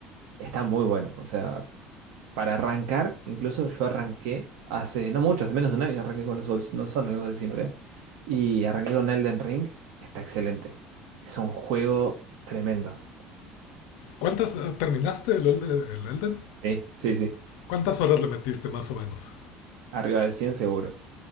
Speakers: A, on the right; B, on the left.
A: Está muy bueno, o sea, para arrancar, incluso yo arranqué hace, no mucho, hace menos de un año arranqué con los Souls, no son algo de siempre, ¿eh? y arranqué con Elden Ring, está excelente. Es un juego tremendo.
B: ¿Cuántas eh, terminaste el, Elde- el Elden?
A: Sí, sí, sí.
B: ¿Cuántas horas le metiste más o menos?
A: Arriba de 100 seguro.